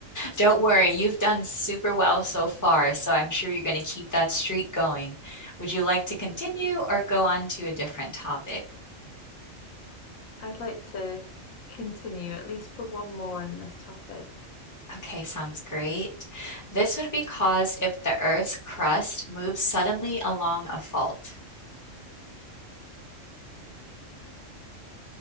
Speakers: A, on the left (about 15°); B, on the left (about 80°).
A: Don't worry, you've done super well so far, so I'm sure you're going to keep that streak going. Would you like to continue
B: you.
A: or go on to a different topic?
B: I'd like to continue at least for one more in this topic.
A: Okay, sounds great. This would be caused if the Earth's crust moves suddenly along a fault.